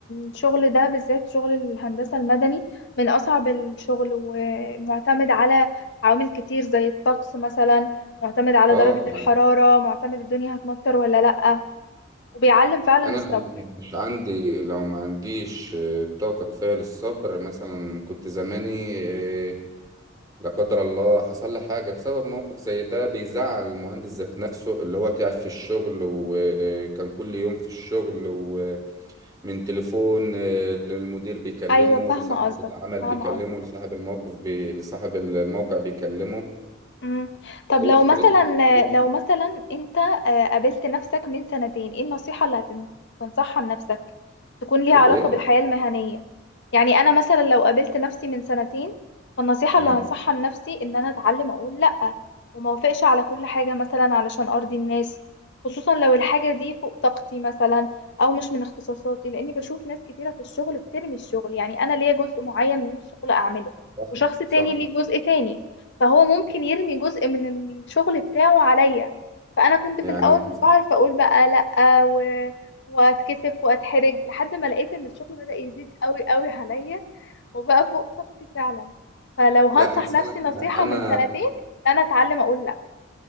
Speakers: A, on the left; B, on the right.
A: الشغل ده بالذات شغل الهندسه المدني من اصعب الشغل ومعتمد على عوامل كتير زي الطقس مثلا معتمد على
B: اه
A: درجه الحراره معتمد الدنيا هتمطر ولا لا وبيعلم فعلا
B: انا
A: الصبر
B: لو مش عندي لو ما عنديش آه، طاقة كفاية للصبر مثلا كنت زماني آه، لا قدر الله حصل لي حاجة بسبب موقف زي ده بيزعل المهندس ذات نفسه اللي هو تعب في الشغل وكان كل يوم في الشغل ومن تليفون آه، للمدير بيكلمه
A: ايوه فاهمه
B: لصاحب
A: قصدك
B: العمل
A: فاهمه
B: بيكلمه
A: قصدك
B: لصاحب الموقف بي... لصاحب الموقع بيكلمه
A: مم. طب
B: هو
A: لو
B: ستريس
A: مثلا
B: كتير
A: لو مثلا انت آه، قابلت نفسك من سنتين ايه النصيحة اللي هتنصحها لنفسك تكون ليها
B: الايه؟
A: علاقة بالحياة المهنية يعني انا مثلا لو قابلت نفسي من سنتين فالنصيحة
B: مم.
A: اللي هنصحها لنفسي ان انا اتعلم اقول لأ وما اوافقش على كل حاجة مثلا علشان ارضي الناس خصوصا لو الحاجة دي فوق طاقتي مثلا او مش من اختصاصاتي لاني بشوف ناس كتيرة في الشغل بترمي الشغل يعني انا ليا جزء معين من الشغل اعمله
B: صح
A: وشخص تاني
B: صح
A: ليه جزء تاني فهو ممكن يرمي جزء من الشغل بتاعه عليا فانا كنت في
B: يعني
A: الاول مش بعرف اقول بقى لا و... واتكسف واتحرج لحد ما لقيت ان الشغل بدأ يزيد قوي قوي عليا وبقى فوق طاقتي فعلا فلو
B: لا
A: هنصح
B: مثلا
A: نفسي نصيحة
B: انا
A: من سنتين انا اتعلم اقول لا